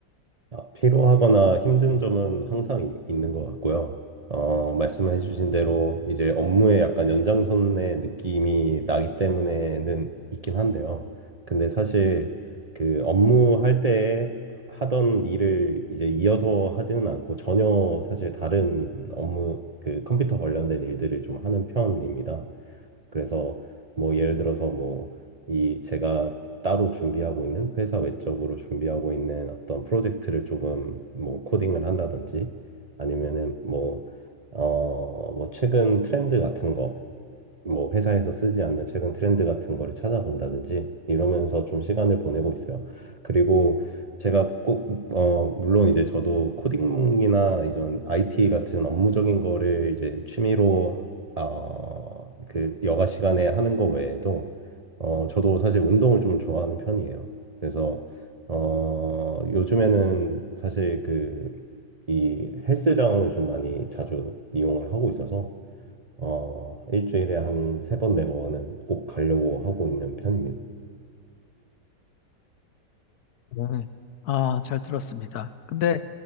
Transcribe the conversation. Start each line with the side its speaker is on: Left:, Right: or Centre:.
Right: 아, 피로하거나 힘든 점은 항상 이- 있는 것 같고요. 어, 말씀해 주신 대로 이제 업무에 약간 연장선의 느낌이 나기 때문에는 있긴 한데요. 근데 사실 그 업무할 때 하던 일을 이제 이어서 하지는 않고 전혀 사실 다른 업무, 그 컴퓨터 관련된 일들을 좀 하는 편입니다. 그래서 뭐 예를 들어서 뭐 이 제가 따로 준비하고 있는 회사 외적으로 준비하고 있는 어떤 프로젝트를 조금 뭐 코딩을 한다든지 아니면은 뭐 어 뭐 최근 트렌드 같은 거 뭐 회사에서 쓰지 않는 최근 트렌드 같은 거를 찾아본다든지 이러면서 좀 시간을 보내고 있어요. 그리고 제가 꼭, 어, 물론 이제 저도 코딩이나 이전 IT 같은 업무적인 거를 이제 취미로, 어, 그 여가 시간에 하는 거 외에도, 어, 저도 사실 운동을 좀 좋아하는 편이에요. 그래서, 어, 요즘에는 사실 그, 이 헬스장을 좀 많이 자주 이용을 하고 있어서 어, 일주일에 한 세 번, 네 번은 꼭 가려고 하고 있는 편입니다.
Left: 네. 아, 잘 들었습니다. 근데